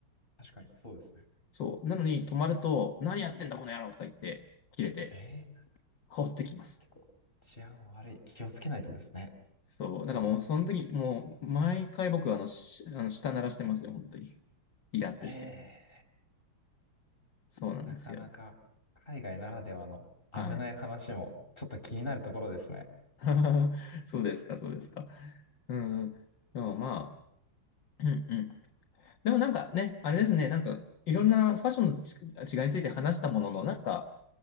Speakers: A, on the left; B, on the left.
A: 確かに、そうですね。
B: そう。なのに止まると、何やってんだ、この野郎とか言って、切れて、
A: ええ
B: 放ってきます。
A: 結構治安悪い。気をつけないとですね。
B: そう。だからもう、その時、もう、毎回僕、あの、しあの、舌鳴らしてますよ、本当に。イラッとして。
A: ええ
B: そうなんですよ。
A: なかなか海外ならではの危ない話もちょっと気になるところですね。
B: はい。<laughs> そうですか、そうですか。うんでもまあ、うんうん。でもなんかね、あれですね、なんかいろんなファッションのち違いについて話したものの、なんか